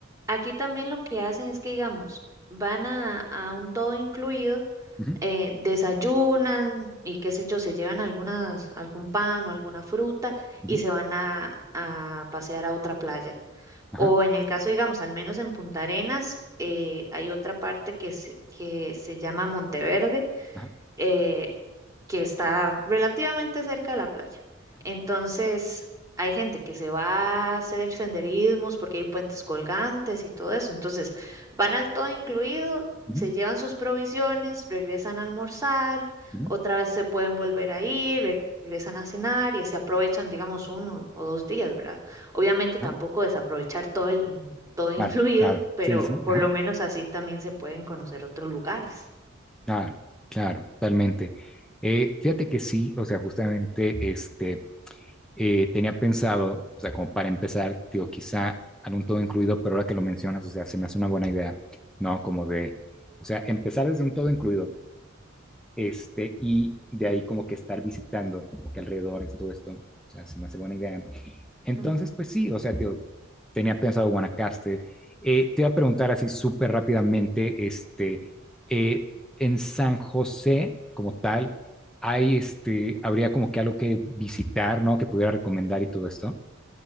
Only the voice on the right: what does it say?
Aquí también lo que hacen es que, digamos, van a, a un todo incluido,
eh, desayunan y qué sé yo, se llevan algunas, algún pan o alguna fruta
y se van a, a pasear a otra playa.
O en el caso, digamos, al menos en Punta Arenas, eh, hay otra parte que se, que se llama Monteverde
eh, que está relativamente cerca de la playa.
Entonces, hay gente que se va a hacer senderismos porque hay puentes colgantes y todo eso. Entonces, van al todo incluido,
se llevan sus provisiones, regresan a almorzar,
otra vez se pueden volver a ir, re- regresan a cenar y así aprovechan, digamos, uno o dos días, ¿verdad? Obviamente
tampoco desaprovechar todo el... todo incluido,
pero
por
lo menos así también se pueden conocer otros lugares.
Ujú.